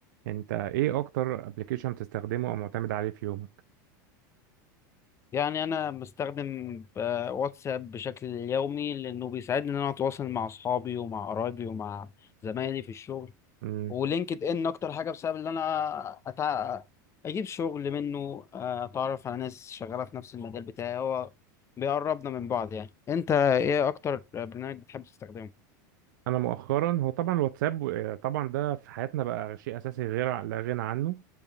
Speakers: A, on the right; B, on the left.
A: انت ايه اكتر ابلكيشن بتستخدمه او معتمد عليه في يومك
B: يعني انا بستخدم آه، واتساب بشكل يومي لانه بيساعدني ان انا اتواصل مع اصحابي ومع قرايبي ومع زمايلي في الشغل
A: امم
B: ولينكد ان اكتر حاجه بسبب ان انا أتع... اجيب شغل منه آه، اتعرف على ناس شغاله في نفس المجال بتاعي هو بيقربنا من بعض يعني انت ايه اكتر برنامج بتحب تستخدمه
A: انا مؤخرا هو طبعا الواتساب آه، طبعا ده في حياتنا بقى شيء اساسي غير لا غنى عنه